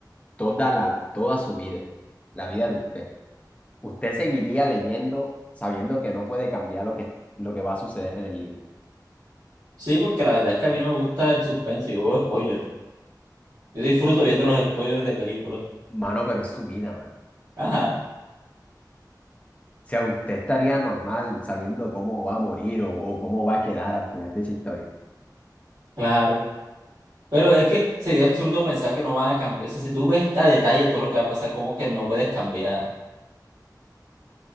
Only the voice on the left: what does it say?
toda la, toda su vida, la vida de usted. Usted seguiría leyendo sabiendo que no puede cambiar lo que, lo que va a suceder en el libro.
Mano, pero es su vida, mano.
O sea, usted estaría normal sabiendo cómo va a morir o, o cómo va a quedar al final de esa historia.